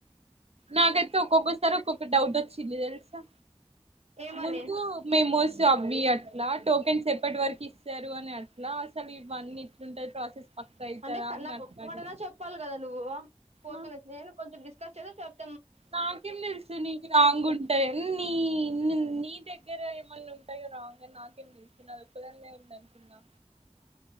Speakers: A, on the right; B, on the right.
A: నాకైతే ఒక్కొక్కసారి ఒక్కొక్క డౌట్ వచ్చింది తెలుసా
B: ఏమని
A: ముందు మేమోస్ అవి అట్లా టోకెన్స్ ఎప్పటి వరకు ఇస్తారు అని అట్లా అసలు ఇవన్నీ ఎట్లుంటది ప్రాసెస్ పక్క అయితదా
B: అంటే కన్నా
A: అని అట్లా
B: కొడుకు
A: అడిగిన
B: అయిన చెప్పాలి కదా నువ్వు పోతునే
A: ఆ,
B: నేను కొంచెం డిస్కస్ చే చెప్ప
A: నాకేం తెలుసు నీకు రాంగ్ ఉంటాయి నీ నీ దగ్గర ఏమైన్నా ఉంటాయా రా అంటే నాకేం తెలుసున్నా నా ఓక్కదాన్నే ఉంద అనుకున్నా